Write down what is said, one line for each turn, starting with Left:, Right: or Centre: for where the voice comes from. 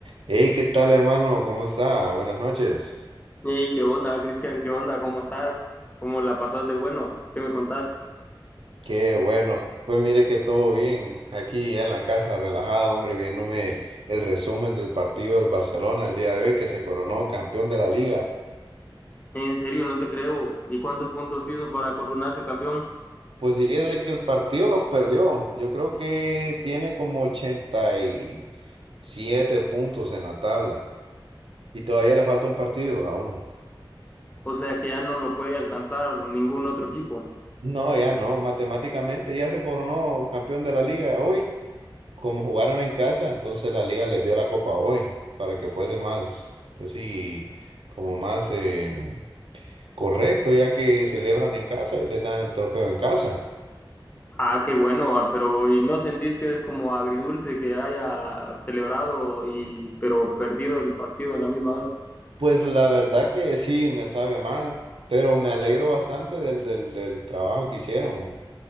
Right: Hey, ¿qué tal, hermano? ¿Cómo está? Buenas noches.
Left: Hey, ¿qué onda, Cristian? ¿Qué onda? ¿Cómo estás? ¿Cómo la pasás de Bueno, ¿qué me contás?
Right: Qué bueno. Pues mire que todo bien. Aquí en la casa, relajado, hombre, viéndome el resumen del partido del Barcelona el día de hoy que se coronó campeón de la liga.
Left: En serio, no te creo. ¿Y cuántos puntos hizo para coronarse campeón?
Right: Pues sí, es de que el partido lo perdió. Yo creo que tiene como ochenta y siete puntos en la tabla. Y todavía le falta un partido aún.
Left: O sea que ya no lo puede alcanzar ningún otro equipo.
Right: No, ya no. Matemáticamente ya se coronó campeón de la liga hoy. Como jugaron en casa, entonces la liga les dio la copa hoy para que fuese más, pues sí, como más em, correcto, ya que celebran en casa y les dan el trofeo en casa.
Left: Ah, qué bueno, ah, pero ¿y no sentís que es como agridulce que haya celebrado y pero perdido el partido a la misma vez?
Right: Pues la verdad que sí, me sabe mal, pero me alegro bastante del, del, del trabajo que hicieron